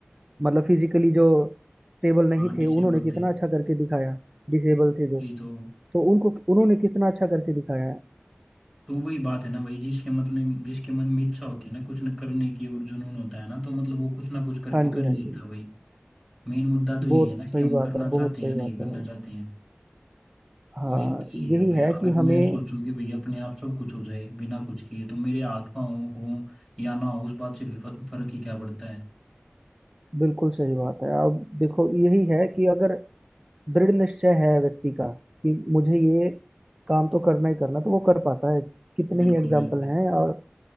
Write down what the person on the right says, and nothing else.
मतलब फिजिकली जो स्टेबल नहीं
थे उन्होंने कितना
अच्छा करके दिखाया डिसेबल थे जो
तो उनको उन्होंने कितना अच्छा करके दिखाया है
हाँ
जी हाँ
जी
बहुत
सही
बात
है बहुत
सही
बात
है
हाँ
यही
है
कि हमें
बिल्कुल सही बात है अब देखो यही है कि अगर दृढ़ निश्चय है व्यक्ति का कि मुझे ये काम तो करना ही करना तो वो कर पाता है कितने
ही एग्जाम्पल
हैं और